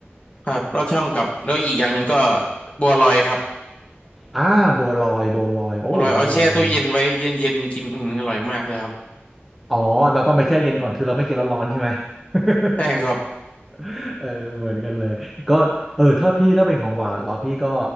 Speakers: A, on the left (about 30°); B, in the centre.
A: ครับลอดช่องกับแล้วอีกอย่างหนึ่งก็บัวลอยครับ
B: อ่าบัวลอยบัวลอยโอ้บัวลอย
A: บัวลอยเอาแช่ตู้เย็นไว้เย็นๆกินอืมอร่อยมากเลยครับ
B: อ๋อเราต้องไปแช่เย็นก่อนคือเราไม่กินร้อนๆใช่ไหม <laughs>
A: ใช่ครับ
B: เออเหมือนกันเลยก็เออถ้าพี่ถ้าเป็นของหวานเหรอพี่ก็